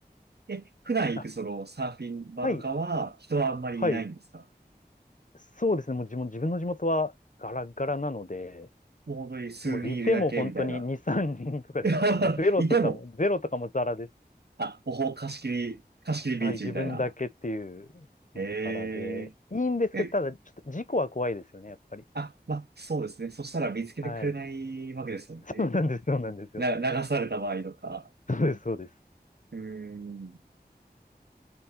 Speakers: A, on the right; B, on the left.
A: え、普段行くそのサーフィン場とかは人はあんまりいないんですか
B: あ、はい、はい。そうですね。もう自分、自分の地元はガラガラなので、
A: もう本当に数人いるだけみたいな。
B: もういても本当に2、3人とかですね。
A: <laughs>
B: もうゼロとかも、
A: いても、
B: ゼロとかもザラです。
A: あ、ほほ、貸し切り、貸し切りビーチみたいな。
B: はい、自分だけっていうのもたらで、
A: へえ
B: いいんですけど、
A: ー。え、
B: ただ、ちょっと事故は怖いですよね、やっぱり。
A: あ、まあ、そうですね。そしたら見つけてくれないわけですもんね。
B: はい。そうなんです、そうなんですよ。
A: な、流された場合とか。
B: そうです、そうです。
A: うーん、